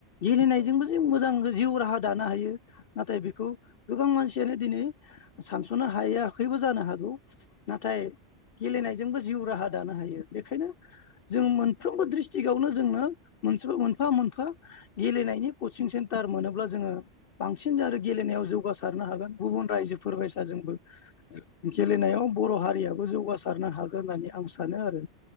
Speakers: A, on the left; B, on the right.
A: गेलेनायजोंबो
B: औ औ नंगौ
A: जों
B: नोंथां
A: मोजां जिउ राहा दानो हायो नाथाय बेखौ गोबां मानसियानो दिनै सानस'नो हायाखैबो जानो हागौ नाथाय गेलेनायजोंबो जिउ राहा दानो हायो बेखायनो जों मोनफ्रोमबो ड्रिस्टिकावनो जोंनो मोनसे मोनफा मोनफा गेलेनायनि कचिं सेन्टार मोनोब्ला जोङो बांसिन आरो गेलेनायाव जौगासारनो हागोन गुबुन रायजोफोर बायसा जोंबो गेलेनायाव बर' हारियाबो जौगासारनो हागोन होननानै आं सानो आरो